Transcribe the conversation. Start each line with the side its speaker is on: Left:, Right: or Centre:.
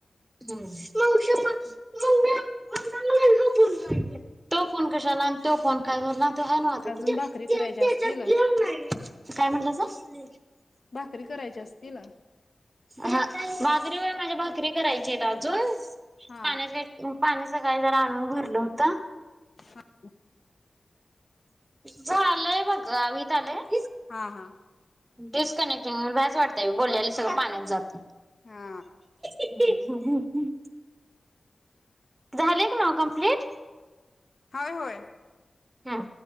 Right: ह मावशे म <unintelligible> मम्मी <unintelligible> तो फोन कशाला आण तो फोन काय झाला? तो हाय नव्हं आता
Left: अजून
Right: ते त्या
Left: भाकरी करायच्या
Right: त्याच्यात
Left: असतील
Right: गेम नाही. काय म्हण लंसा <unintelligible>
Left: भाकरी करायच्या असतील.
Right: हा भाकरी होय, माझ्या भाकरी करायच्यात अजून.
Left: हा
Right: पाण्याच्या <unintelligible> पाणी सकाळी जरा आणून भरलं होतं.
Left: हा हु
Right: ज आलंय बघ गावीत आलेत
Left: हा हा
Right: डिस्कनेक्टिंग होणार बाज वाटतेय बोलल्यायला सगळं पाण्यात जातं.
Left: हा
Right: हा हा हुं हुं झाले का नाव कंप्लीट?
Left: हाय होय
Right: हा